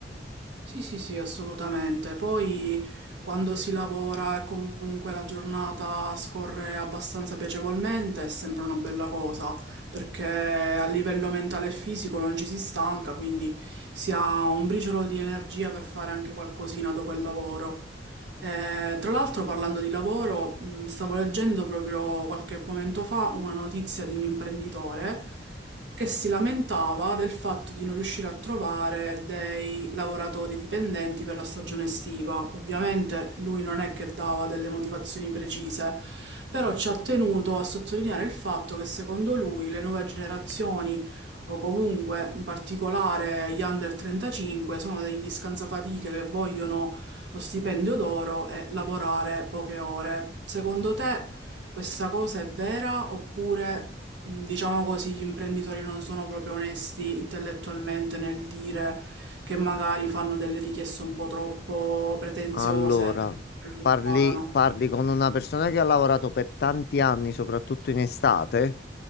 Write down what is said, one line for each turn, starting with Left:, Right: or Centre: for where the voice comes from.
Right: Sì, sì, sì, assolutamente. Poi quando si lavora e comunque la giornata scorre abbastanza piacevolmente, è sempre una bella cosa, perché a livello mentale e fisico non ci si stanca, quindi si ha un briciolo di energia per fare anche qualcosina dopo il lavoro. Eh, tra l'altro, parlando di lavoro, mh, stavo leggendo proprio qualche momento fa una notizia di un imprenditore che si lamentava del fatto di non riuscire a trovare dei lavoratori dipendenti per la stagione estiva. Ovviamente lui non è che dava delle motivazioni precise, però ci ha tenuto a sottolineare il fatto che secondo lui le nuove generazioni o comunque in particolare gli under 35 sono degli scansafatiche che vogliono lo stipendio d'oro e lavorare poche ore. Secondo te questa cosa è vera oppure, mh, diciamo così, gli imprenditori non sono proprio onesti intellettualmente nel dire che magari fanno delle richieste un po' troppo pretenziose
Left: Allora,
Right: per quello che
Left: parli,
Right: pagano?
Left: parli con una persona che ha lavorato per tanti anni, soprattutto in estate.